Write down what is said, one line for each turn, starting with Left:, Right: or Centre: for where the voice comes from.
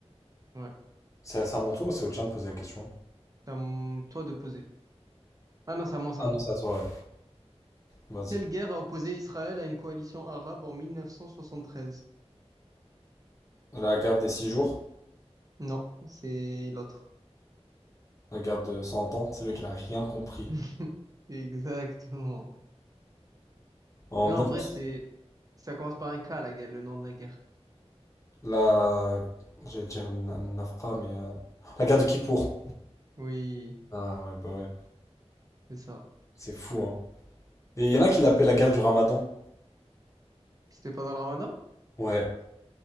Right: Ouais.
Left: C'est c'est à mon tour ou c'est au tien de poser la question?
Right: C'est à m- toi de poser. Ah non, c'est à moi, c'est
Left: Ah
Right: à moi.
Left: non, c'est à toi, ouais. Vas-y.
Right: Quelle guerre a opposé Israël à une coalition arabe en 1973?
Left: La garde des six jours.
Right: Non, c'est l'autre.
Left: La guerre de 100 ans, c'est lui qui n'a rien compris.
Right: <laughs> Exactement.
Left: En
Right: Non,
Left: 1960,
Right: en vrai, c'est ça commence par un K, la guerre, le nom de la guerre.
Left: la... J'allais dire Na- Nafra, mais... euh, La guerre de Kippour.
Right: Oui,
Left: Ah ouais, bah ouais.
Right: c'est ça.
Left: C'est fou, hein. Et il y en a qui l'appellent la guerre du Ramadan.
Right: C'était pendant le Ramadan?
Left: Ouais.